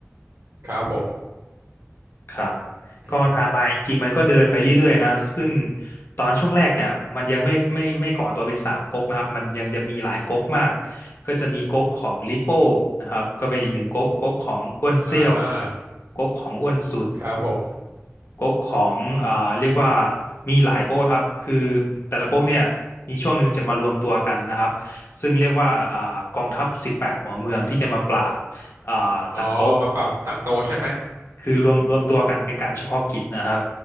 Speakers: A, on the right; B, on the left.
A: ครับผม
B: ครับ
A: อื
B: ก็ไทม์ไลน์จริงๆมันก็เดินไปเรื่อยๆนะซึ่ง
A: ม
B: ตอนช่วงแรกเนี่ยมันยังไม่ไม่ไม่ก่อตัวเป็นสามก๊กนะครับมันยังจะมีหลายก๊กมากก็จะมีก๊กของลิโป้นะครับก็เป็นอีกหนึ่งก๊กก๊กของอ้วนเซี่ยว
A: อ่า
B: ก๊กของอ้วนสุด
A: ครับผม
B: ก๊กของอ่าเรียกว่ามีหลายก๊กครับคือแต่ละก๊กเนี่ยมีช่วงหนึ่งจะมารวมตัวกันนะครับซึ่งเรียกว่าอ่ากองทัพสิบแปดหัวเมืองที่จะมาปราบอ่าต่างโต๊
A: อ๋อมาปรับต่างโตะใช่ไหม
B: คือรวมรวมตัวกันเป็นการเฉพาะกิจนะครับ